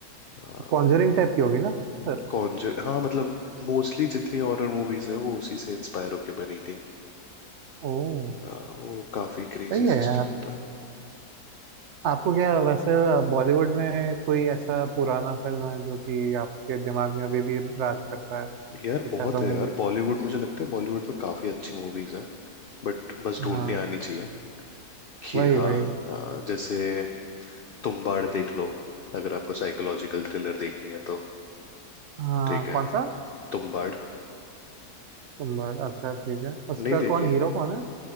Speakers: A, on the left; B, on the right.
A: हाँ
B: तो कॉन्जरिंग टाइप की होगी ना सर
A: कॉन्जर हाँ मतलब मोस्टली जितनी हॉरर मूवीज है वो उसी से इंस्पायर होके बनी थी
B: ओ
A: हाँ, वो काफी क्रेजी
B: सही है
A: सिस्टम
B: यार
A: था
B: आपको क्या वैसे बॉलीवुड में कोई ऐसा पुराना फिल्म है जो कि आपके दिमाग में अभी भी राज करता है
A: यार
B: कुछ
A: बहुत
B: ऐसा मूवी
A: है यार बॉलीवुड मुझे लगता है बॉलीवुड में काफी अच्छी मूवीज है बट बस
B: हाँ
A: ढूंढनी आनी चाहिए कि
B: वही
A: हाँ
B: वही
A: हाँ, जैसे तुम्बाड़ देख लो अगर आपको साइकोलॉजिकल थ्रिलर देखनी है तो
B: हाँ
A: ठीक है
B: कौन सा
A: तुम्बाड़
B: तुम्बाड़ अच्छा ठीक है उसका
A: नहीं देखे
B: कौन हीरो कौन है